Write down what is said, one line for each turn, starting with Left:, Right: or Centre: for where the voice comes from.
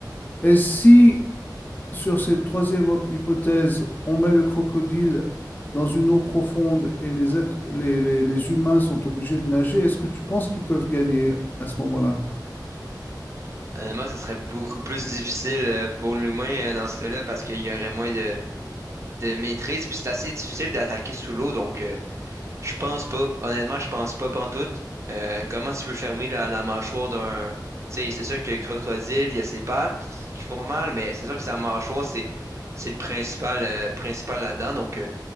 Left: Et si Sur cette troisième op- hypothèse, on met le crocodile dans une eau profonde et les êtres- les, les- les humains sont obligés de nager. Est-ce que tu penses qu'ils peuvent gagner à ce moment-là?
Right: Honnêtement, ça serait beaucoup plus difficile euh, pour l'humain euh, dans ce cas-là parce qu'il y aurait moins de, de maîtrise, puis c'est assez difficile d'attaquer sous l'eau, donc. euh, Je pense pas. Honnêtement, je pense pas pantoute. Euh, comment tu veux fermer la, la mâchoire d'un... Tu sais, c'est sûr que le crocodile, il y a ses pattes qui font mal, mais c'est sûr que sa mâchoire, c'est c'est le principal, euh, principal là-dedans. Donc, euh,